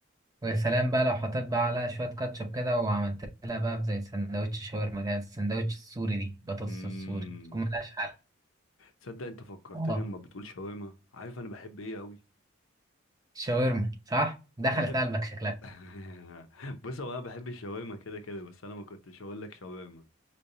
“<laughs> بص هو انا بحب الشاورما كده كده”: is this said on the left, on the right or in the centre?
Left